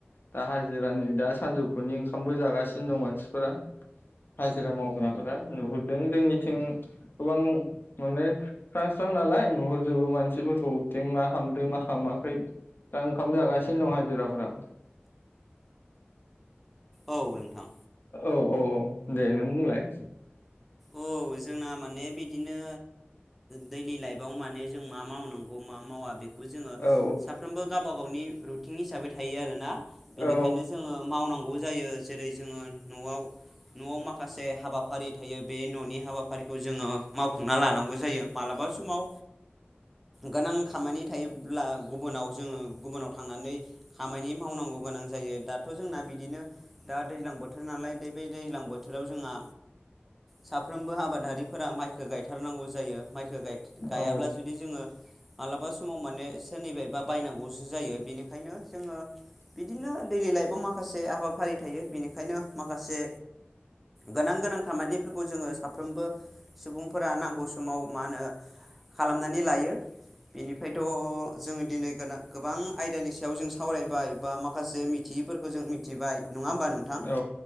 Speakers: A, on the left; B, in the centre.
A: दा हाजिरानि दा सानजौफुनि ओंखामबो जागासिनो दं मानसिफोरा हाजिरा मावग्राफोरा नुहुरदों जोंनिथिं गोबां माने स्रां स्रां नालाय नुहुरजोबो मानसिफोरखौथिं मा खालामदों मा खालामाखै दा ओंखाम जागासिनो दं हाजिराफोरा ओम
B: औ नोंथां
A: ओ औ औ दे नों बुंलाय
B: औ जोंना माने बिदिनो दैलि लाइफआव माने जों मा मावनांगौ मा मावा बे खौ जोंङो
A: औ
B: साफ्रोमबो गाब गावबा गावनि रुटिन हिसाबै थायो आर ना। बेनिखायनो
A: औ
B: जोङो मावनांगौ। जायो जेरै जोङो। नआव नआव मा खासे हाबाफारि थायो। बे ननि हाबाफारिखौ जोङो मावफुंना लानांगौ जायो मालाबा समाव गोनां खामानि थायोब्ला गुबुनाव जोङो गुबुनाव थांनानै खामानि मावनांगौ गोनां जायो दाथ जोंना बिदिनो दा दैज्लां बोथोर नालाय बे दैज्लां बोथोराव जोंहा। साफ्रोमबो आबादारिफोरा माइखो गायथारनांगौ जायो माय गाय गायाब्ला
A: औ
B: जुदि जोङो मालाबा समाव माने सोरनिबायबा बायनांगौसो जायो बेनिखायनो जोङो बिदिनो दैलि लाइफआव माखासे हाबाफारि थायो बेनिखायनो माखासे गोनां गोनां खामानि बेफोरखौ जोङो साफ्रोमबो सुबुंफोरा नांगौ समाव मा होनो खालामनानै लायो बेनिफ्रायथ जोङो दिनै गोबां आयदानि सायाव जों सावरायबाय बा माखासे मिथियैफोरखौ जों मिथिबाय नङा होमबा नोंथां
A: औ